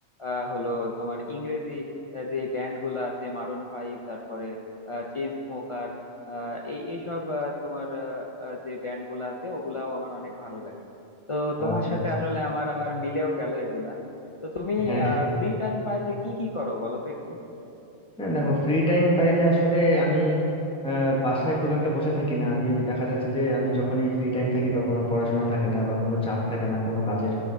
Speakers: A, on the left; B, in the centre.
A: আহ, হলো তোমার ইংরেজি আহ, যে ব্যান্ড গুলা আছে মারুন ফাইভ তারপরে চেইন স্মোকার এই এইসব আহ, তোমার আহ, আহ, যে ব্যান্ড গুলা আছে ওগুলাও আমার অনেক ভালো লাগে তো তোমার
B: আচ্ছা
A: সাথে
B: আচ্ছা
A: আসলে আমার আবার মিলেও গেল এগুলা তো তুমি
B: হ্যাঁ হ্যাঁ
A: ফ্রি টাইম পাইলে কি কি করো বলো তো একটু
B: না, দেখো ফ্রি টাইম পাইলে আসলে আমি আহ, বাসায় খুব একটা বসে থাকি না আমি দেখা যাচ্ছে যে আমি যখনই ফ্রি টাইম থাকি বা কোনো পড়াশোনা থাকে না বা কোনো চাপ থাকে না কোনো কাজের